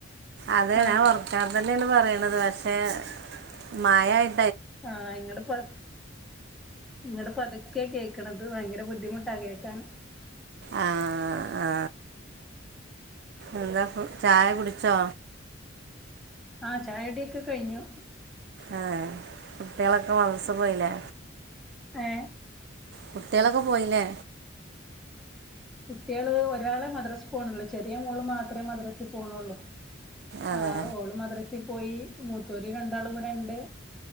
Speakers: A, on the right; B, in the centre.
A: അതെ
B: ആഹ്
A: ഞാൻ ഉറക്കെ തന്നെയാണ് പറയണത് പക്ഷെ മഴ ആയി
B: ആഹ് ഇങ്ങടെപ്പ നിങ്ങുടെ പതുക്കെ കേക്കണത് ഭയങ്കര ബുദ്ധിമുട്ടാ കേക്കാൻ
A: ആഹ ആ എന്താ ചായ കുടിച്ചോ
B: ആഹ ചായടിയൊക്കെ കഴിഞ്ഞു
A: ആഹ കുട്ടികളൊക്കെ മദ്രസ പോയിലെ
B: ഏ
A: കുട്ടികളൊക്കെ പോയില്ലേ
B: കുട്ടികള് ഒരാളെ മദ്രസ പോണുള്ളൂ ചെറിയ മോള് മാത്രമേ മദ്രസ പോണള്ളൂ
A: അതെ
B: ആ് ഓള് മദ്രസിൽ പോയി മൂത്തൂര് രണ്ടാളും ഇവിടെ ഉണ്ട്